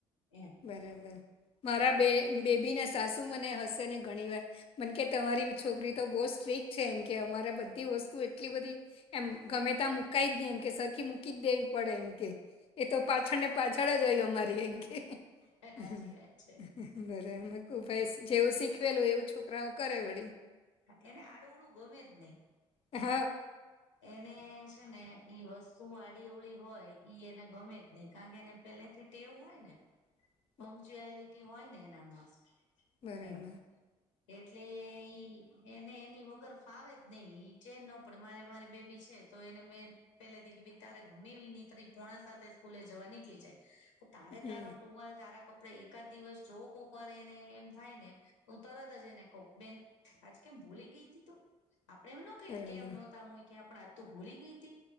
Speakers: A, on the left; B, on the left.
A: એમ.
B: બરાબર. મારા બે બેબીને સાસુ મને હશે ને ઘણી વાર. મને કે તમારી છોકરી તો બોઉ સ્ટ્રીક છે એમ કે અમારે બધી વસ્તુ એટલી બધી એમ ગમે ત્યાં મુકાય જ ની એમ કે સરખી મૂકી જ દેવી પડે એમ કે. એ તો પાછળ ને પાછળ જ હોય અમારી એમકે.
A: સાચી
B: બરાબર
A: વાત છે
B: ભાઈ જેવું શીખવેલું એવું છોકરાઓ કરે વળી.
A: એને આડું અવળું ગમે જ નહીં.
B: હ.
A: એને છે ને ઈ વસ્તુ આડી અવળી હોય ઈ એને ગમે જ નઈ કારણ કે એને પેલેથી ટેવ હોય ને.
B: <inaudible>
A: પંકચુલિટી હોય ને એનામાં.
B: બરાબર
A: એમ એટલે ઈ. એને એની વગર ફાવે જ નઈ ઈ ચેન ન પડે મારે મારી બેબી છે. તો એને મેં પેલે થી કીધું તારે ગમે એવી નેત્રી પોણા સાતે સ્કૂલે જવા નીકળી જાય. તારે
B: હમ
A: તારો ટુવાલ તારા કપડા એકાદ દિવસ જો કોકવાર એને એમ થાય ને. હું તરત જ એને કવ. બેન આજ કેમ ભૂલી ગઈ તીતુ. આપડે એમ ન કઈ
B: બરાબર
A: કેમ નહોતા મુકયા પણ આજતો ભુલી ગઈ તી.